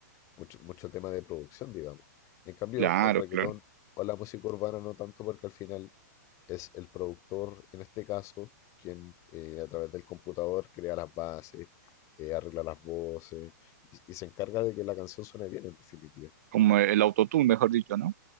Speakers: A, on the left (about 30°); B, on the right (about 55°).
A: mucho, mucho tema de producción, digamos. En cambio,
B: Claro,
A: el reggaetón
B: claro.
A: o la música urbana no tanto porque al final es el productor, en este caso, quien eh, a través del computador crea las bases, eh, arregla las voces y, y se encarga de que la canción suene bien, en definitiva.
B: Como el autotune, mejor dicho, ¿no?